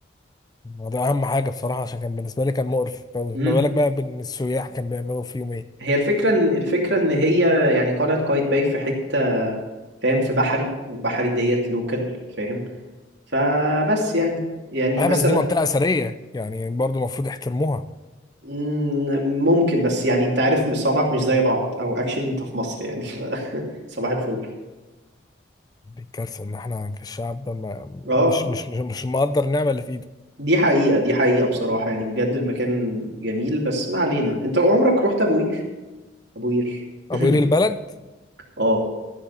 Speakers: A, on the left; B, on the right.
A: ده اهم حاجه بصراحه عشان كان بالنسبه لي كان مقرف قوي
B: امم
A: ما بالك بقى بان السياح كان بيعملوا فيهم ايه
B: هي الفكرة إن الفكرة إن هي يعني قلعة قايتباي في حتة فاهم في بحري وبحري ديت لوكال فاهم فبس يعني يعني
A: اه
B: مثلا
A: بس دي منطقه اثريه يعني برضو المفروض يحترموها
B: مم، ممكن بس يعني انت عارف صوابعك مش زي بعض او اكشلي انت في مصر يعني <laughs> ف... صباح الفل
A: دي الكارثه ان احنا كشعب ما
B: اه
A: مش مش مش, مش مقدر النعمه اللي في ايده
B: دي حقيقة دي حقيقة بصراحة يعني بجد المكان جميل بس ما علينا انت عمرك رحت ابو قير ابو قير <clears throat>
A: ابو قير البلد
B: اه